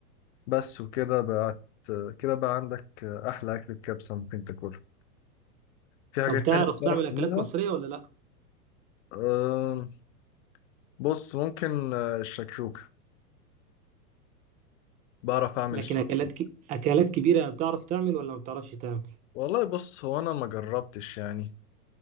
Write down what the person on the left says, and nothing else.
بس وكده بقت كده بقى عندك أحلى أكلة كبسة ممكن تاكلها في حاجات
تانية تعرف
تعملها
أم، بص ممكن آه، الشكشوكة بعرف أعمل
الشكشوكة
والله بص هو أنا ما جربتش يعني